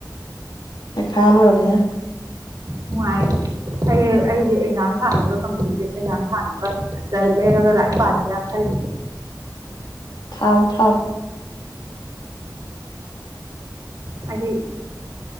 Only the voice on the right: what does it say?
ꯅꯨꯡꯉꯥꯏ ꯑꯩꯁ ꯑꯩꯁꯦ ꯑꯦꯛꯖꯥꯝ ꯊꯥꯅꯕ ꯀꯝꯄꯤꯇꯤꯇꯤꯞ ꯑꯦꯛꯖꯥꯝ ꯊꯥꯅꯕ ꯂꯥꯏꯔꯤꯛ ꯂꯩꯔꯒ ꯂꯥꯏꯔꯤꯛ ꯄꯥꯁꯔꯥ ꯈꯜꯂꯤ
ꯍꯥꯏꯗꯤ